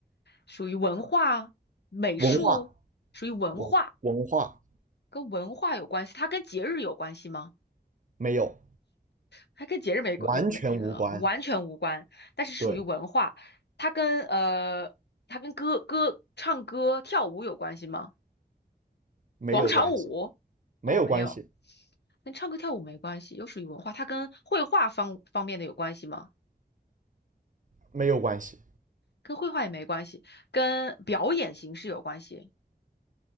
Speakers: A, on the left; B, on the right.
A: 属于文化、美术，
B: 文化
A: 属于文化，
B: 文文化
A: 跟文化有关系，它跟节日有关系吗？
B: 没有，
A: 还跟节日没关，
B: 完全无关，
A: 有没呃完全无关，但是属于文化。
B: 对。
A: 它跟呃，它跟歌歌唱歌跳舞有关系吗？
B: 没有关系，
A: 广场舞？
B: 没有关系，
A: 哦，没有，跟唱歌跳舞没关系，又属于文化。它跟绘画方方面的有关系吗？
B: 没有关系。
A: 跟绘画也没关系，跟表演形式有关系，